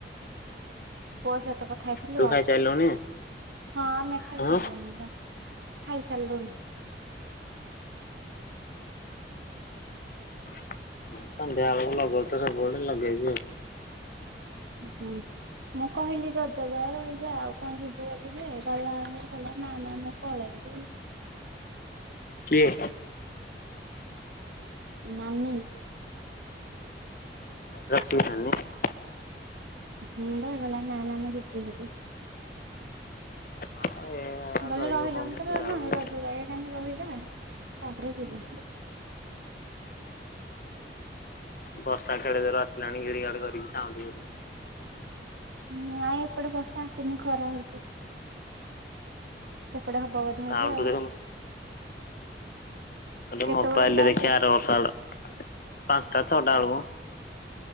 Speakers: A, on the right; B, on the left.
A: ପସ ଏତେ କଥା ହେଇଥିଲୁ
B: ତୁ
A: ଆଉ
B: ଖାଇସାରିଲୁଣି?
A: ହଁ ଆମେ ଖାଇସାରିଲୁଣି।
B: ହଁ
A: ଖାଇସାରିଲୁନି।
B: ସନ୍ଧ୍ୟାବେଳେ <unintelligible>
A: ହୁଁ। ମୁଁ କହିଲି ଜଜ ଯାଏ ରହିଯା ଆଉ କଣ ଯିବୁ ବୋଲି ଯେ ଗଲା ଗଲା ନା ନା ମୁଁ ପଳେଇବି।
B: କିଏ।
A: ନାନୀ
B: ରସେଇ ଖି
A: ହ ବା ଗଲା ନା ନ ମୁ ଯିବି ହୋର
B: ଆଉ ଏ
A: ମୁଁ କହଲି
B: ରହିବ
A: ରହିଲୁଣି
B: କଣ ଯେ
A: ତ
B: ସେ
A: ରହିଲାଣି
B: ଯାଉ ଭାରି।
A: ରଜରେ ମାନେ ରହିଯା ତାପରେ ଯିବ।
B: ବର୍ଷା କଦ ର ପିଲାଣି ଗିଡି ଗାଡ କରିକି ସାଁ
A: ହଁ ଆଉ ଏପଟେ ବର୍ଷା ଆସିନି ଖରା ହଉଛି। ତ ସେପଟେ ହବ ବୋଧେ
B: ସାଉଣ୍ଡ
A: ଆଜି ଆଉ
B: ଦେଖୁନୁ ଏଟ
A: କେତେବେଳକୁ
B: ମୋବାଇଲ
A: ଯାଉଛ?
B: ଦେ କେ ଆର ବର୍ଷ ପାଞ୍ଚଟା ଛୋଟା ଆଳକୁ